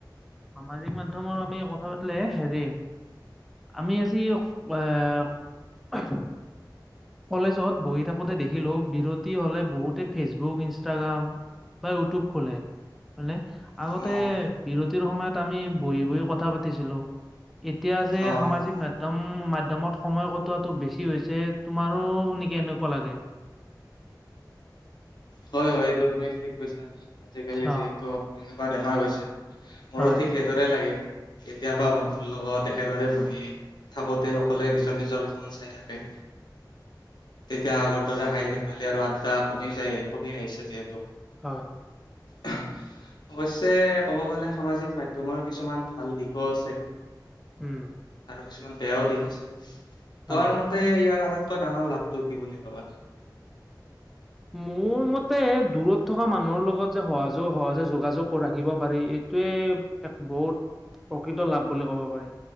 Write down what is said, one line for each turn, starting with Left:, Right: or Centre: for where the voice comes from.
Centre: সামাজিক মাধ্যমৰ আমি কথা পাতিলে হেৰি আমি আজি এ কলেজত বহি থাকোতে দেখিলোঁ বিৰতি হ'লে বহুতে ফেচবুক ইনষ্টাগ্ৰাম বা ইউটিউব খোলে হয় নে আগতে
Left: অ',
Centre: বিৰতিৰ সময়ত আমি বহি বহি কথা পাতিছিলো এতিয়া যে
Left: অ',
Centre: সামাজিক মাধ্যম মাধ্যয়মত সময় কটোৱাটো বেছি হৈছে। তোমাৰো নেকি এনেকুৱা লাগে?
Left: হয় হয় এইটো তুমি ঠিক কৈছা আজিকালি
Centre: অ',
Left: যিহেতু এনেকুৱা দেখা গৈছে। মোৰ
Centre: হয়,
Left: ঠিক সেইদৰে লাগে কেতিয়াবা বন্ধু লগত। একেদৰে বহি থাকোঁতে সকলোৱে নিজৰ নিজৰ ফোন চাই থাকে। তেতিয়া আগৰ দৰে হাঁহি ধেমালি আৰু আদ্দা কমি যায় কমি আহিছে যিহেতু।
Centre: হয়।
Left: <unintelligible> <inaudible> অৱশ্যে ক'ব গ'লে সামাজিক মাধ্যমৰ কিছুমান ভাল দিশও আছে।
Centre: উম।
Left: আৰু কিছুমান বেয়াও দিশ আছে
Centre: অ',
Left: তোমাৰ মতে ইয়াৰ। এটা ডাঙৰ লাভটো কি বুলি ভাবা?
Centre: মোৰ মতে দূৰত থকা মানুহৰ লগত যে সহযোগ সহজে যোগাযোগ ৰাখিব পাৰি সেইটোৱে এক বহুত প্ৰকৃত লাভ বুলি ক'ব পাৰি